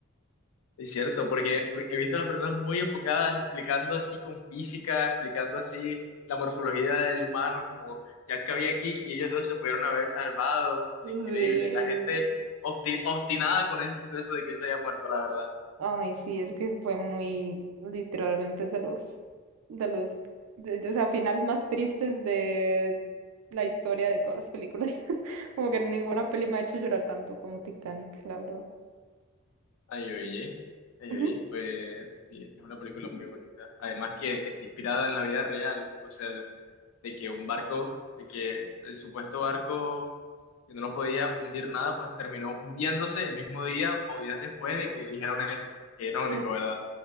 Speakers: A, on the left (about 90°); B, on the right (about 85°).
A: Es cierto, porque porque he visto a las personas muy enfocadas explicando así con física, explicando así la morfología del humano, como ya que había aquí, y ellos dos se pudieron haber salvado. Es
B: Sí,
A: increíble, la gente obsti- obstinada con el suceso de que él se haya muerto, la verdad.
B: ay, sí, es que fue muy literalmente es de los, de los, de- de- o sea, final más tristes de la historia de todas las películas. <laughs> Como que ninguna peli me ha hecho llorar tanto como Titanic, la verdad.
A: Ay, oye, ay,
B: Ujú.
A: oye, pues sí, es que es una película muy bonita. Además que está inspirada en la vida real, o sea, de, de que un barco, de que el supuesto barco que no lo podía hundir nada, pues terminó hundiéndose el mismo día o días después de que dijeron eso. Qué irónico,
B: Ujú,
A: ¿verdad?